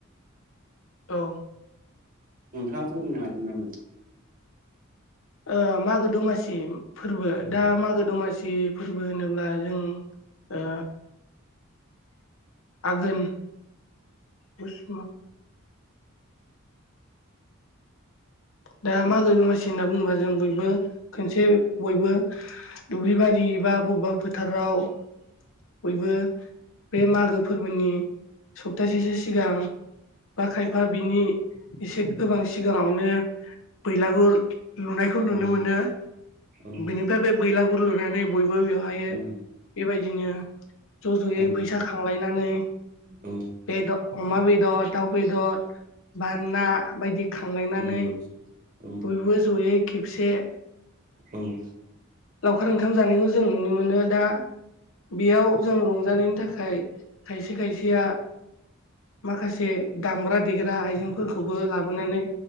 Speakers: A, on the left; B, on the right.
A: औ।
B: नोंथांङा बुंनो हागोन नामा?
A: ओ मागो दमासि फोरबो
B: औ
A: दा मागो दमासि फोरबो होनोब्ला जों ओ। आघोन फुसमा दा मागो दमासि होनना बुंङोबा जों बयबो खनसे बयबो दुब्लि बारि बा बबेबा फोथाराव बयबो बे मागो फोरबोनि सप्तासेसो सिगां बा खायफा बिनि एसे गोबां सिगांङावनो बैलागुर लुनायखौ नुनो
B: औ
A: मोनो
B: औ
A: बेनिफ्राय बे बैलागुर गुर लुनानै बयबो बेवहाय
B: औ
A: बेबायदिनो ज' ज'यै
B: औ
A: फैसा खांलायनानै
B: औ
A: बेदर अमा बेदर दाउ बेदर बा ना बायदि खांलायनानै
B: उम औ
A: बयबो जयै खे खौसे
B: उम औ औ
A: लावखार ओंखाम जानायखौ जों नुनो मोनो दा बेयाव जों रंजानायनि थाखाय खायसे खायसेया माखासे दामग्रा देग्रा आइजेंफोरखौबो लाबोनानै